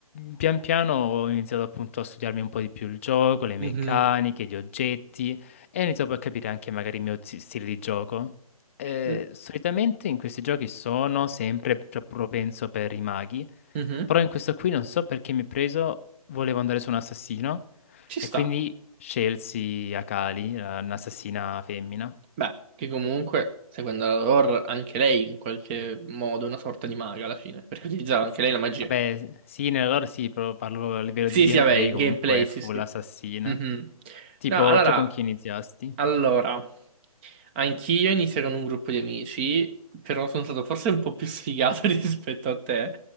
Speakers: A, on the left; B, on the right.
A: pian piano ho iniziato appunto a studiarmi un po' di più il gioco, le meccaniche,
B: Mhm.
A: gli oggetti e ho iniziato poi a capire anche magari il mio zi- stile di gioco. Eh,
B: Mm,
A: solitamente in questi giochi sono sempre pro- propenso per i maghi.
B: mhm.
A: Però in questo qui non so perché mi ha preso, volevo andare su un assassino
B: Ci sta.
A: e quindi scelsi Akali, la- un'assassina femmina.
B: Beh, che comunque, seguendo la lore, anche lei in qualche modo è una sorta di maga alla fine, perché utilizzava anche
A: S-
B: lei la magia.
A: Vabbè, sì, nella lore sì, però parlo a livello
B: Sì,
A: di gameplay,
B: sì, vabbè, il
A: comunque
B: gameplay,
A: è
B: sì,
A: full
B: sì.
A: assassina.
B: Mhm.
A: Tipo,
B: No, allora,
A: tu con chi iniziasti?
B: allora. Anch'io inizierò in un gruppo di amici, però sono stato forse un po' più sfigato <laughs> rispetto a te,